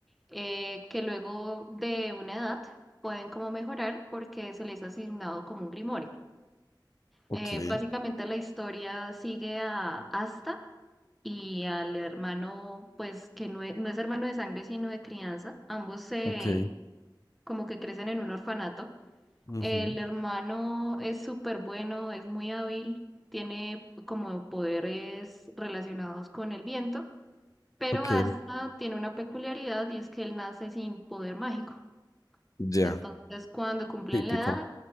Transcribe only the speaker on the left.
ok,
ok.
ujú,
Ok,
ya,
típico.